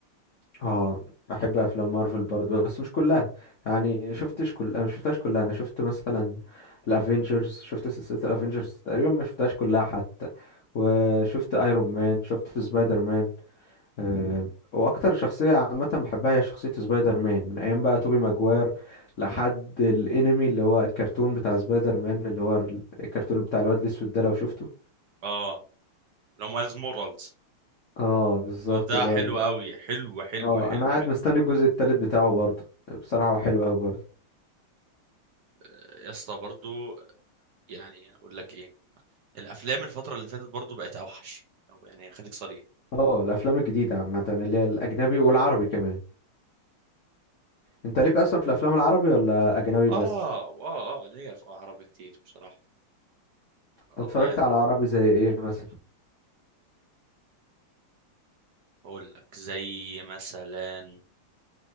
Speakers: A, on the left; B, on the right.
A: اه بحب افلام مارفل برضه بس مش كلها يعني شفتش كل انا شفتهاش كلها انا شفت مثلا الافينجرز شفت سلسله الافينجرز تقريبا ما شفتهاش كلها حتى وشفت ايرون مان شفت سبايدر مان آه، واكتر شخصيه عامه بحبها هي شخصيه سبايدر مان من ايام بقى توبي ماجواير لحد الانمي اللي هو الكرتون بتاع سبايدر مان اللي هو ال- الكرتون بتاع الواد الاسود ده لو شفته
B: اه لو مايلز مورالز
A: اه بالظبط
B: ده
A: اللي هو
B: حلو
A: ال...
B: قوي حلو حلو
A: اه
B: حلو
A: انا قاعد
B: حلو
A: مستني الجزء التالت بتاعه برضه بصراحه هو حلو قوي برضه
B: آه، يا اسطى برضه يعني أقول لك إيه الأفلام الفترة اللي فاتت برضه بقت أوحش أو يعني خليك صريح
A: اه الافلام الجديده عامه اللي هي الاجنبي والعربي كمان انت
B: لا.
A: ليك اصلا في الافلام العربي ولا اجنبي
B: اه
A: بس
B: اه اه ليا في عربي كتير بصراحة والله
A: اتفرجت على عربي زي ايه مثلا
B: اقول لك زي مثلا